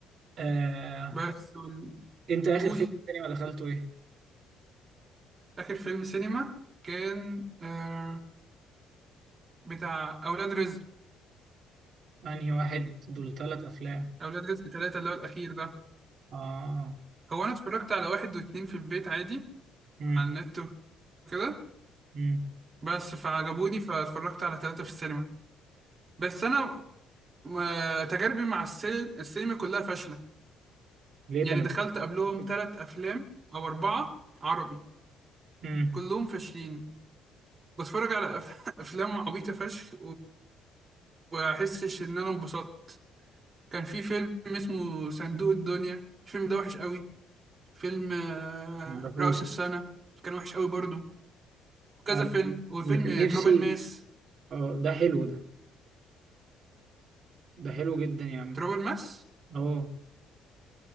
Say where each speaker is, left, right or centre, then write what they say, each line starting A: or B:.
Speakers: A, on the right (about 40°); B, on the right (about 25°).
A: آه.
B: بس وال-
A: انت اخر
B: قول
A: فيلم تاني ما دخلته ايه؟
B: آخر فيلم سينما كان آه بتاع أولاد رزق
A: انهي واحد دول ثلاث افلام
B: أولاد رزق تلاتة اللي هو الأخير ده
A: اه
B: هو أنا اتفرجت على واحد واتنين في البيت عادي
A: امم
B: على النت وكده
A: امم
B: بس فعجبوني فاتفرجت على تلاتة في السينما بس أنا آه تجاربي مع السل... السينما كلها فاشلة
A: ليه
B: يعني
A: ده انا
B: دخلت
A: بحب
B: قبلهم
A: كده
B: تلات أفلام أو أربعة عربي
A: امم
B: كلهم فاشلين بتفرج على أف... <laughs> أفلام عبيطة فشخ وبحسش إن أنا انبسطت كان في فيلم اسمه صندوق الدنيا الفيلم ده وحش قوي فيلم آه،
A: معرفوش
B: رأس السنة كان وحش قوي برضو كذا
A: آه، لكن-
B: فيلم وفيلم
A: اللي كان نفسي
B: تراب الماس
A: اه ده حلو ده ده حلو جدا يا عم
B: تراب الماس
A: اه